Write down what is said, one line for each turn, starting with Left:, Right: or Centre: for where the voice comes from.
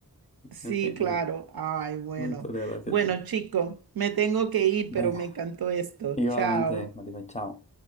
Left: <laughs>
Right: Sí,
Left: En fin,
Right: claro. Ay, bueno.
Left: una historia graciosa.
Right: Bueno, chico, me tengo que ir,
Left: Venga,
Right: pero me encantó esto.
Left: igualmente,
Right: Chao.
Left: Maribel, chao.